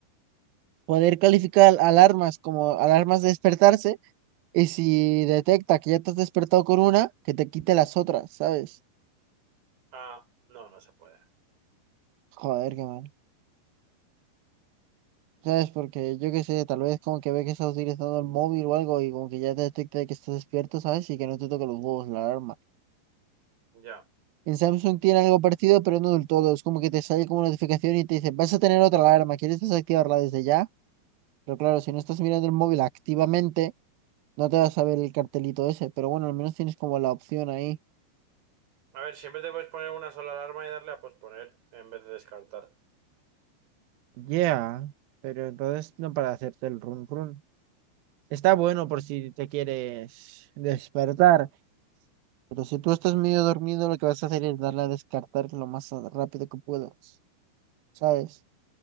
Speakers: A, on the right; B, on the right.
A: poder calificar alarmas como alarmas de despertarse y si detecta que ya te has despertado con una, que te quite las otras, ¿sabes?
B: Ah, no, no se puede.
A: Joder, qué mal. ¿Sabes? Porque yo qué sé, tal vez como que ve que estás utilizando el móvil o algo y como que ya te detecta de que estás despierto, ¿sabes? Y que no te toque los huevos la alarma.
B: Ya.
A: En Samsung tiene algo parecido pero no del todo. Es como que te sale como notificación y te dice, vas a tener otra alarma, ¿quieres desactivarla desde ya? Pero claro, si no estás mirando el móvil activamente, no te vas a ver el cartelito ese. Pero bueno, al menos tienes como la opción ahí.
B: A ver, siempre te puedes poner una sola alarma y darle a posponer en vez de descartar.
A: Yeah, pero entonces no para hacerte el run run. Está bueno por si te quieres despertar, pero si tú estás medio dormido, lo que vas a hacer es darle a descartar lo más a- rápido que puedas, ¿sabes?